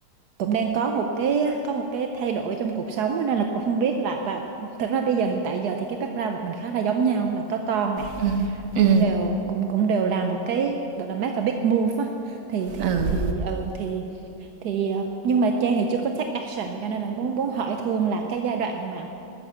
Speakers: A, on the right; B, on the right.
A: cũng đang có một cái có một cái thay đổi trong cuộc sống á, nên là cũng không biết là và thật ra bây giờ hiện tại giờ thì cái background của mình khá là giống nhau là có con nè
B: ừ ừ
A: cũng
B: ừ
A: đều cũng cũng đều làm một cái gọi là make a big move á thì thì
B: ừ
A: thì ừ thì thì ờ, nhưng mà Trang thì chưa có take action cho nên là muốn muốn hỏi Thương là cái giai đoạn mà